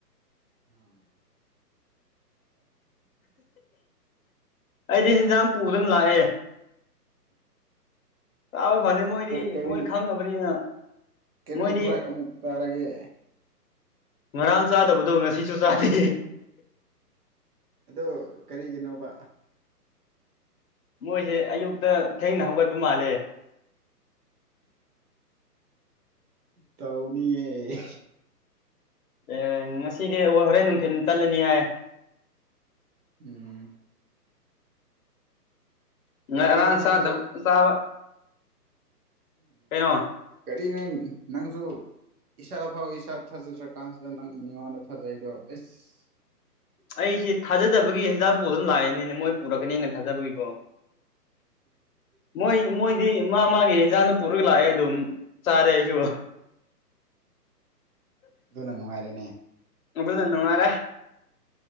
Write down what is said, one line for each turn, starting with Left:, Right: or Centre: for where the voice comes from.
Right: <unintelligible>
Left: ꯑꯩꯗꯤ ꯍꯤꯟꯖꯥꯡ ꯄꯨꯕꯗꯅ ꯂꯥꯛꯑꯦ ꯆꯥꯕ ꯐꯗꯦ ꯃꯣꯏꯗꯤ
Right: ꯀꯔꯤ
Left: ꯃꯣꯏ ꯈꯪꯉꯕꯅꯤꯅ
Right: ꯀꯔꯤ
Left: ꯃꯣꯏꯗꯤ
Right: ꯐꯔꯛ ꯑꯃꯨꯛ ꯇꯥꯔꯒꯦ
Left: ꯉꯔꯥꯡ ꯆꯥꯗꯕꯗꯣ ꯉꯁꯤꯁꯨ ꯆꯥꯗꯦ
Right: ꯑꯗꯣ ꯀꯔꯤꯒꯤꯅꯣꯕ
Left: ꯃꯣꯏꯁꯦ ꯑꯌꯨꯛꯇꯥ ꯊꯦꯡꯅ ꯍꯧꯒꯠꯄ ꯃꯥꯜꯂꯦ
Right: ꯇꯧꯅꯤꯌ‌ꯦ
Left: ꯑꯦ ꯉꯁꯤꯗꯤ ꯑꯣ ꯍꯣꯔꯦꯟ ꯅꯨꯡꯊꯤꯟ ꯆꯠꯂꯅꯤ ꯍꯥꯏꯌ‌
Right: ꯎꯝ
Left: <unintelligible>
Right: ꯀꯔꯤ
Left: ꯉꯔꯥꯡ
Right: ꯅꯪꯁꯨ
Left: ꯆꯥꯗꯕ ꯆꯥꯕ
Right: ꯎꯝ
Left: ꯀꯩꯅꯣ
Right: ꯀꯔꯤꯅꯦ ꯅꯪꯁꯨ ꯏꯁꯥ ꯐꯥꯎ ꯏꯁꯥ ꯊꯥꯖꯗ꯭ꯔꯥ ꯀꯥꯟꯁꯤꯗ ꯅꯪ ꯃꯤꯉꯣꯟꯗ ꯊꯥꯖꯩꯗꯣ ꯑꯦꯁ
Left: ꯑꯩꯁꯦ ꯊꯥꯖꯗꯕꯒꯤ ꯍꯦꯟꯖꯥꯡ ꯄꯨꯗꯨꯅ ꯂꯥꯛꯏꯅꯤꯅꯦ ꯃꯣꯏ ꯄꯨꯔꯛꯀꯅꯤꯅꯥ ꯊꯖꯕꯒꯤꯀꫭ ꯃꯣꯏ ꯃꯣꯏꯗꯤ ꯃꯥ ꯃꯥꯒꯤ ꯌꯦꯟꯖꯥꯡꯗꯨ ꯄꯨꯔꯒꯥ ꯂꯥꯛꯑꯦ ꯑꯗꯨꯝ ꯆꯥꯔꯦ ꯑꯩꯁꯨ
Right: ꯑꯗꯨꯅ ꯅꯨꯡꯉꯥꯏꯔꯦꯅꯦ
Left: ꯑꯗꯨꯅꯥ ꯅꯨꯡꯉꯥꯏꯔꯦ